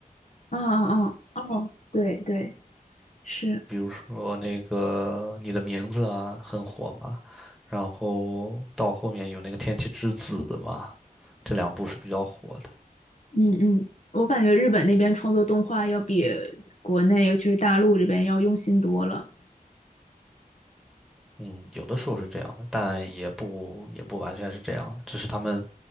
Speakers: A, on the left; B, in the centre.
A: 啊啊啊哦，对对，是，
B: 说那个你的名字啊很火嘛，然后到后面有那个《天气之子》嘛，这两部是比较火的。
A: 嗯嗯，我感觉日本那边创作动画要比国内，尤其是大陆这边要用心多了。
B: 嗯，有的时候是这样的，但也不也不完全是这样的，只是他们